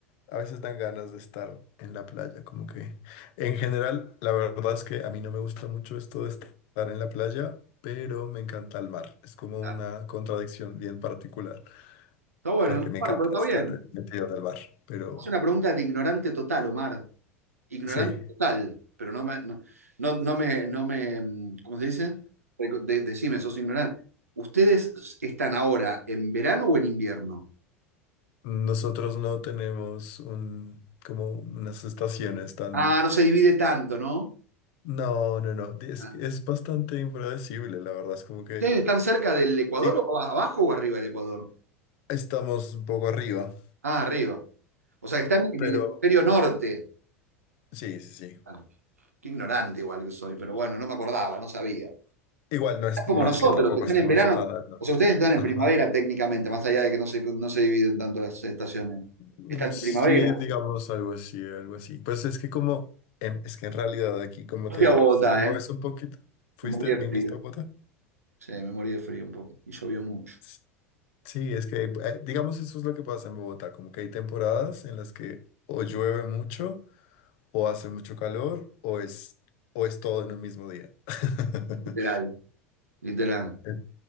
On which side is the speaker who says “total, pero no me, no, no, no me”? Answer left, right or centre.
Right